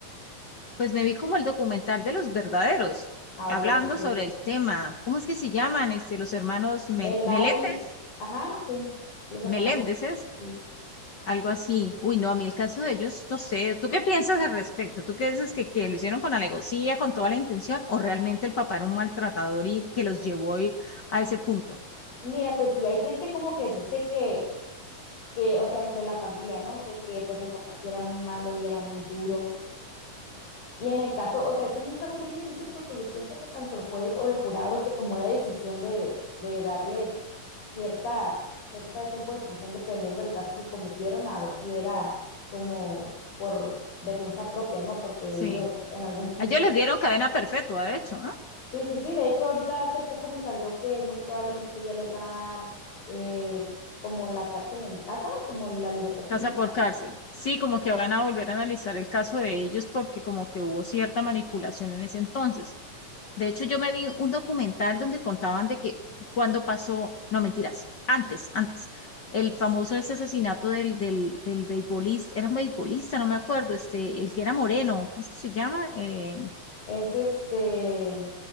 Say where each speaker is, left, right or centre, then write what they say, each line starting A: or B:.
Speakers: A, on the left; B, on the left.
A: Pues me vi como el documental de los verdaderos,
B: Ah,
A: hablando
B: ok, muy bien.
A: sobre el tema. ¿Cómo es que se llaman este, los hermanos Mel-
B: El Lyle,
A: Meléndez?
B: ajá, sí, los hermanos.
A: Meléndez
B: sí.
A: Algo así. Uy, no, a mí el caso de ellos, no sé. ¿Tú qué piensas al respecto? ¿Tú qué dices que, que lo hicieron con alegocía, con toda la intención, o realmente el papá era un maltratador y que los llevó ahí a ese punto?
B: Mira, pues sí, hay gente como que dice que, que, o sea, entre la familia, ¿no? De que pues el papá sí era muy malo y era muy duro Y en el caso, o sea, es un caso bien difícil porque yo pienso que tanto el juez o el jurado que tomó la decisión de, de darles cierta, cierta tiempo de prisión dependiendo del caso que cometieron, a ver si era como por defensa propia, ¿no? Porque
A: Sí.
B: ellos en algún punto,
A: A ellos les dieron cadena perpetua, de hecho, ¿no?
B: sí, sí, sí, de hecho ahorita hace poco me salió que muy probablemente ya les van a dar eh, como la cárcel en casa, como la libertad condicional.
A: Casa por cárcel. Sí, como que van a volver a analizar el caso de ellos porque como que hubo cierta manipulación en ese entonces. De hecho, yo me vi un documental donde contaban de que cuando pasó, no mentiras, antes, antes, el famoso ese asesinato del, del, del beisbolista, era un beisbolista, no me acuerdo, este, el que era moreno, ¿cómo es que se llama? Eh,
B: Es este,